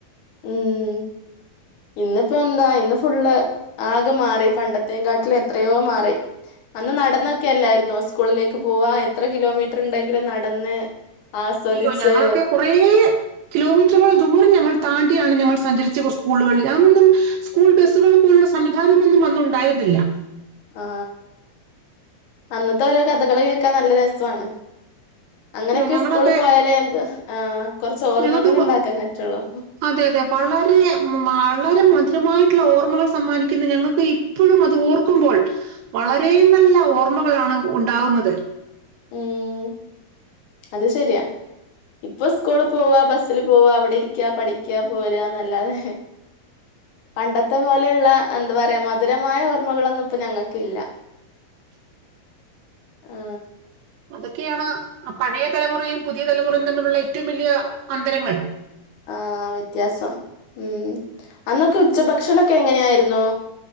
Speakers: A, on the left (about 65°); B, on the right (about 85°).
A: ഉം ഇന്നിപ്പോ എന്താ ഇന്ന് ഫുള്ള് ആകെ മാറി പണ്ടത്തേ കാട്ടില് എത്രയോ മാറി അന്ന് നടന്നൊക്കെ അല്ലായിരുന്നോ സ്കൂളിലേക്ക് പോവാ എത്ര കിലോമീറ്റർ ഉണ്ടെങ്കിലും നടന്ന് ആസ്വദിച്ച്
B: അയ്യോ ഞങ്ങളൊക്കെ കുറേ കിലോമീറ്ററുകൾ ദൂരം ഞങ്ങൾ താ ണ്ടി ആണ് ഞങ്ങൾ സഞ്ചരിച്ച സ്കൂളുകളിൽ അന്നൊന്നും സ്കൂൾ ബസുകളും പോലുള്ള സംവിധാനം ഒന്നും അന്ന് ഉണ്ടായിരുന്നില്ല
A: ആ അന്നത്തെ ഓരോ കഥകൾ കേക്കാൻ നല്ല രസാണ് അങ്ങനെയൊക്കെ
B: അയ്യോ ഞങ്ങളൊക്കെ
A: സ്കൂള് പോയാലേ ആ കൊറച്ച് ഓർമ്മകൾ
B: ഞങ്ങൾക്ക് പ-
A: ഉണ്ടാക്കാൻ കറ്റുള്ളൂ
B: അതെ അതെ വളരെ വളരെ മധുരമായിട്ട് ഓർമ്മകൾ സമ്മാനിക്കുന്നത് ഞങ്ങൾക്ക് ഇപ്പോഴും അത് ഓർക്കുമ്പോൾ വളരെ നല്ല ഓർമ്മകളാണ് ഉണ്ടാവുന്നത്
A: ഉം അത് ശരിയാ ഇപ്പൊ സ്കൂള പോവാ ബസില് പോവാ അവിടെ ഇരിക്കാ പഠിക്കാ പോരാ എന്നല്ലാതെ പണ്ടത്തെ പോലെയുള്ള എന്താ പറയാ മധുരമായ ഓർമ്മകളൊന്നും ഇപ്പൊ ഞങ്ങൾക്കില്ല ആ
B: അതൊക്കെയാണ് പഴയ തലമുറയും പുതിയ തലമുറയും തമ്മിലുള്ള ഏറ്റവും വലിയ അന്തരങ്ങൾ
A: ആവ്യത്യാസം ഉം അന്നൊക്കെ ഉച്ചഭക്ഷണൊക്കെ എങ്ങനെയായിരുന്നു